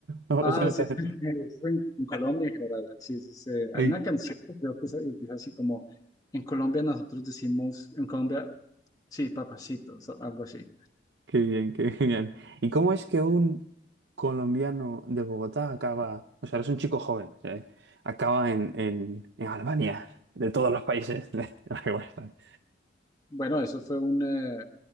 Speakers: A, on the right; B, on the left.
A: <laughs> O
B: Ah,
A: sea,
B: sí,
A: también.
B: <laughs> sí, sí, es en, en Colombia en general. Sí, sí, sí.
A: Ay,
B: Hay una canción
A: <laughs>
B: que creo que es- empieza así como, en Colombia nosotros decimos, en Colombia, sí, papacito, so- algo así.
A: Qué bien, qué genial. ¿Y cómo es que un colombiano de Bogotá acaba, o sea, eres un chico joven, ¿sí? Acaba en, en, en Albania, de todos los países <laughs> de los que están.
B: Bueno, eso fue un, eh,